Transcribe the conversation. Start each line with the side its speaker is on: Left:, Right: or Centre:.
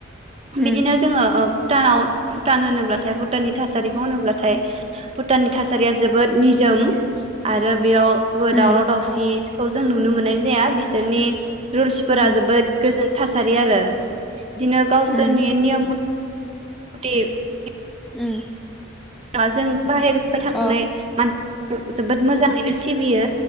Centre: उम
Right: बिदिनो जोङो ओ भुटानाव भुटान होनोब्लाथाय भुटाननि थासारिखौ होनोब्लाथाय भुटाननि थासारिया जोबोद निजोम। आरो बेयावबो
Centre: उम
Right: दावराव दावसिखौ जों नुनो मोननाय जाया। नि रुल्सफोरा
Centre: उम
Right: जोबोद गोजि। थासारि आरो बिदिनो गावसोरनि
Centre: उम
Right: नियम <unintelligible>
Centre: उम।
Right: बा जों बाहेरफ्राय थांनाय
Centre: अ
Right: मानसि जोबोद मोजाङैनो सिबियो